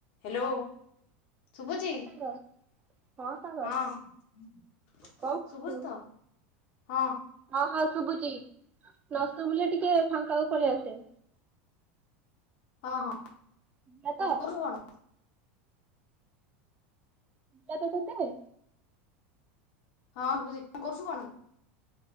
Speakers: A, on the left; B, on the right.
A: Hello. ଶୁଭୁଛି
B: ହଁ ସାଙ୍ଗ ହଁ ସାଙ୍ଗ
A: ହଁ
B: କଣ କରୁଛୁ?
A: ଶଭୁଛି ତ ହଁ
B: ହଁ, ହଁ ଶୁଭୁଛି ନ ଶୁଭିଲେ ଟିକେ ଫାଙ୍କାକୁ ପଳେଇ ଆସେ।
A: ହଁ, ହଁ
B: ଶୁଭିଲା
A: କଣ
B: ତ
A: କରୁ କଣ?
B: ଲାତ ତତେ
A: ହଁ ବୁଜି କି କରୁଛୁ କଣ?